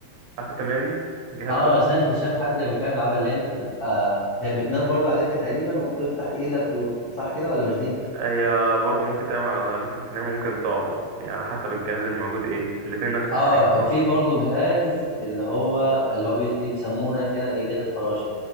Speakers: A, on the right (about 80°); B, on the left (about 70°).
A: عارف التمرينه دي الجهاز
B: اه
A: ده
B: بس انا كنت شايف حد كان بيلعبها اللي انت بتبقى بتنام برضو على دكه تقريبا وبتفتح ايدك و... صح كده ولا مش دي؟
A: هي برضه ممكن تنام على ممكن تنام وممكن تقعد يعني على حسب الجهاز اللي موجود ايه الاتنين نفس
B: اه
A: الحاجه عامه
B: وفي برضو جهاز اللي هو اللي هو بي... إيه بيسموه هناك هنا ايه جهاز الفراشه